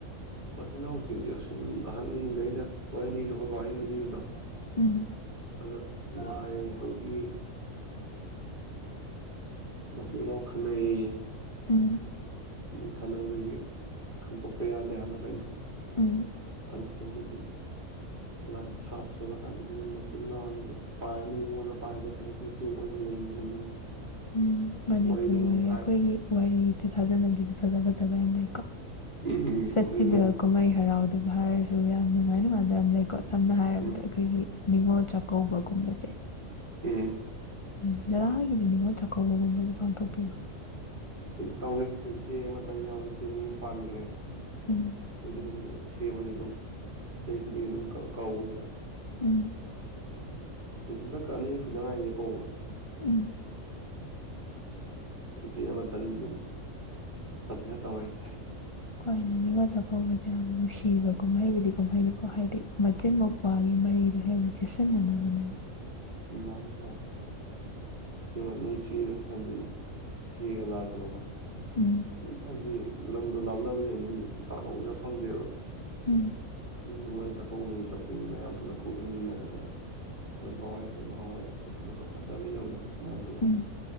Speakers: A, on the right; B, on the left.
A: ꯃꯆꯤꯟ ꯏꯅꯥꯎꯁꯤꯡꯁꯦ ꯑꯁꯨꯝ ꯑꯍꯟꯈꯩꯅ ꯋꯥꯔꯤ ꯂꯤꯕꯗꯣ ꯈꯈꯣꯏꯄꯍꯒ ꯂꯤꯕꯗꯣ
B: ꯎꯝ
A: ꯑꯗ ꯀꯩꯅꯣ ꯍꯥꯏ ꯑꯩꯈꯣꯏꯒꯤ ꯃꯆꯤꯟ ꯃꯅꯥꯎ ꯈꯅꯩ
B: ꯎꯝ
A: ꯑꯩ ꯈꯟꯅꯕꯗꯒꯤ ꯈꯟꯗꯣꯛꯄ ꯌꯥꯗꯦ ꯍꯥꯏꯕ꯭ꯔꯥ ꯀꯩꯅꯣ
B: ꯎꯝ
A: ꯑꯗꯨꯗꯒꯤ ꯑꯗꯨꯝ ꯂꯥꯏ ꯁꯥꯞ ꯁꯣꯜꯂꯀꯥꯟꯗ ꯑꯗꯨꯝ ꯃꯆꯤꯟ ꯅꯥꯎꯟꯗ ꯄꯥꯏꯔꯅꯤ ꯑꯣꯣꯜꯂ ꯄꯥꯏꯖꯈ꯭ꯔꯦ ꯑꯗꯨ ꯎꯆꯦꯛ ꯑꯣꯏꯅ ꯂꯩꯈꯤꯕꯅꯤ
B: ꯎꯝ ꯃꯅꯤꯄꯨꯔꯤꯒ
A: ꯋꯥꯔꯤꯗꯣ ꯑꯗꯨꯃꯥꯏꯅ ꯍꯥꯏ
B: ꯑꯩꯈꯣꯏꯒꯤ ꯋꯥꯔꯤꯁꯦ ꯊꯥꯖꯅꯕꯤꯗ ꯐꯖ ꯐꯖꯕ ꯌꯥꯝ ꯂꯩꯀꯣ
A: ꯎꯝ ꯑꯩꯈꯣꯏꯒꯤ
B: ꯐꯦꯁꯤꯚꯦꯜ
A: ꯋꯥꯔꯤ
B: ꯀꯨꯝꯃꯥꯏ ꯍꯔꯥꯎꯗ ꯚꯥꯏꯔꯁꯨꯒ ꯌꯥꯝ ꯌꯥꯝ ꯅꯨꯡꯉꯥꯏ ꯅꯨꯡꯉꯥꯏꯕ ꯌꯥꯝ ꯂꯩꯀꯣ ꯁꯝꯅ ꯍꯥꯏꯔꯕꯗ
A: ꯎꯝ
B: ꯑꯩꯈꯣꯏꯒꯤ ꯅꯤꯉꯣꯜ ꯆꯥꯛꯀꯧꯕꯒꯨꯝꯕꯁꯦ
A: ꯎꯝ
B: ꯎꯝ ꯖꯗꯥꯥꯒꯤꯗꯤ ꯅꯤꯉꯣꯜ ꯆꯥꯛꯀꯧꯕꯒꯨꯝꯕꯗꯤ ꯄꯥꯡꯊꯣꯛꯄꯤꯕ꯭ꯔꯥ
A: ꯇꯧꯋꯦ ꯑꯩꯈꯣꯏ ꯏꯆꯦ ꯑꯃꯇꯪ ꯌꯥꯎꯋꯦ ꯏꯆꯦ ꯌꯨꯝ ꯄꯥꯟꯈ꯭ꯔꯦ
B: ꯎꯝ
A: ꯑꯗꯨꯒꯤ ꯑꯗꯨꯝ ꯆꯦ ꯑꯩꯣꯏꯅ ꯑꯗꯨꯝ ꯆꯍꯤ ꯈꯨꯗꯤꯡꯒꯤ ꯑꯗꯨꯝ ꯀꯧꯋꯦꯕ
B: ꯎꯝ
A: ꯆ <unintelligible> ꯑꯅꯤꯔꯛ ꯁꯨꯗ ꯉꯥꯏꯔꯤꯦ ꯀꯧꯕ
B: ꯎꯝ
A: ꯏꯆꯦ ꯑꯃꯇꯪ ꯑꯗꯨꯝ ꯐꯖꯅ ꯇꯧꯋꯦ ꯍꯥꯏꯇꯥꯥꯏꯦ
B: ꯈ ꯑꯩꯅ ꯅꯤꯡꯉꯣꯜ ꯆꯥꯛꯀꯧꯕꯁꯦ ꯌꯥꯝ ꯅꯨꯡꯁꯤꯕ ꯀꯨꯝꯍꯩꯕꯨꯗꯤ ꯀꯨꯝꯍꯩꯅꯤꯀꯣ ꯍꯥꯏꯗꯤ ꯃꯆꯤꯟ ꯃꯧ꯭ꯋꯥꯒꯤ ꯃꯔꯤꯗꯣ ꯍꯦꯟꯅ ꯆꯦꯁꯤꯟꯅꯅꯕꯅꯦꯕ
A: ꯃꯥꯒꯤ ꯃꯥ <unintelligible> ꯅꯨꯡꯁꯤꯔ ꯍꯥꯏꯗꯤ ꯁꯤꯒ ꯂꯥꯛꯄꯗꯣꯀꯣ
B: ꯎꯝ
A: ꯑꯗꯨꯝ ꯍꯥꯏꯗꯤ ꯂꯝ ꯂꯥꯞꯅꯕꯒꯤꯅꯥ ꯑꯗꯨꯝ ꯄꯛꯄꯥꯛ ꯎꯅ ꯐꯪꯗꯦꯕ <unintelligible>
B: ꯎꯝ
A: ꯑꯗꯨꯅꯤꯃꯣꯟ ꯁ ꯑꯦꯄꯣꯛ ꯅꯨꯃꯤꯠꯇ ꯑꯩꯈꯣꯏ ꯃꯌꯥꯝ ꯄꯨꯂ ꯀꯍꯟꯃꯤꯟꯅꯔꯒ ꯑꯩꯈꯣꯏ ꯕꯥꯋꯥꯏ ꯍꯣꯏ ꯃꯥ ꯍꯣꯏ ꯑꯅꯞꯀ ꯆꯥꯛ ꯆꯥꯃꯤꯟꯅꯕꯗꯣ ꯃꯌꯥꯝ ꯄꯨꯂꯞ
B: ꯎꯝ